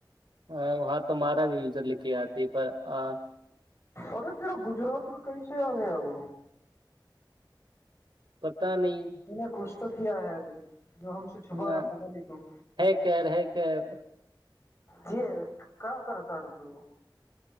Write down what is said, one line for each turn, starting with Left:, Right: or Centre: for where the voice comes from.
Right: ह हह तऽ मरा भी यूजर लिखी आती पर अ
Left: अरे तेरा गुजरात मे कैसे आ गया हो
Right: पत ता नहि
Left: तूने कुछ तो कीया है अभी जो हमसे छुपा
Right: म
Left: रहा था नहीं तू
Right: हे कर हे कर
Left: की क करअ तारु तू